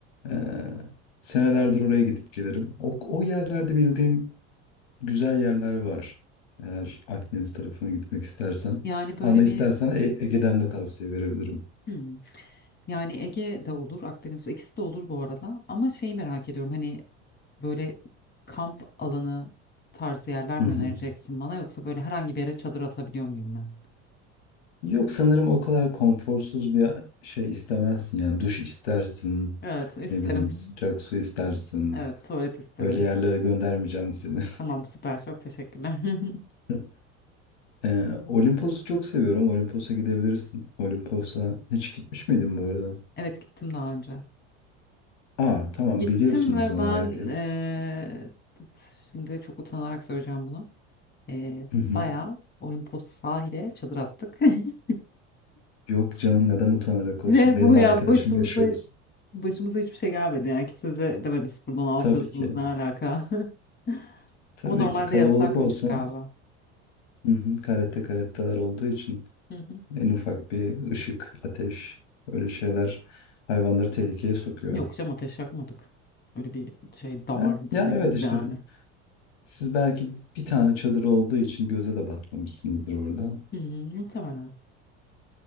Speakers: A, on the left; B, on the left.
A: E, senelerdir oraya gidip gelirim. O, o yerlerde bildiğim güzel yerler var. Eğer Akdeniz tarafına gitmek istersen.
B: Yani böyle
A: Ama istersen
B: bir
A: E- Ege'den de tavsiye verebilirim.
B: hı. Yani Ege de olur, Akdeniz ikisi de olur bu arada. Ama şeyi merak ediyorum hani böyle kamp alanı tarzı yerler
A: Hı
B: mi
A: hı.
B: önereceksin bana yoksa böyle herhangi bir yere çadır atabiliyor muyum ben?
A: Yok sanırım o kadar konforsuz bir şey istemezsin. Yani duş istersin.
B: Evet isterim.
A: Ne bileyim sıcak su istersin.
B: Evet tuvalet isterim.
A: Öyle yerlere göndermeyeceğim seni.
B: Tamam süper çok teşekkürler. <laughs>
A: <laughs> Ee, Olimpos'u çok seviyorum. Olimpos'a gidebilirsin. Olimpos'a hiç gitmiş miydin bu arada?
B: Evet gittim daha önce.
A: Aa tamam
B: Gittim
A: biliyorsunuz
B: ve
A: o zaman
B: ben
A: harikaymış.
B: eee, şimdi çok utanarak söyleyeceğim bunu. Eee
A: Hı hı.
B: bayağı Olimpos sahile çadır attık. <laughs>
A: Yok canım neden utanarak olsun?
B: Ne
A: Benim
B: bu ya
A: arkadaşım
B: başımıza
A: yaşıyordu.
B: başımıza hiçbir şey gelmedi yani kimse de demedi siz burada ne
A: Tabii
B: yapıyorsunuz
A: ki.
B: ne alaka. <laughs>
A: Tabii
B: Ama normalde
A: ki kalabalık
B: yasakmış
A: olsan
B: galiba.
A: hı hı, karette karetteler olduğu için
B: Hı hı.
A: en ufak bir ışık, ateş öyle şeyler hayvanları tehlikeye sokuyor.
B: Yok canım ateş yakmadık. Öyle bir şey davardı
A: Ha? Ya
B: değiliz
A: evet işte
B: yani.
A: siz siz belki bir tane çadır olduğu için göze de batmamışsınızdır orada.
B: Hı hı, muhtemelen.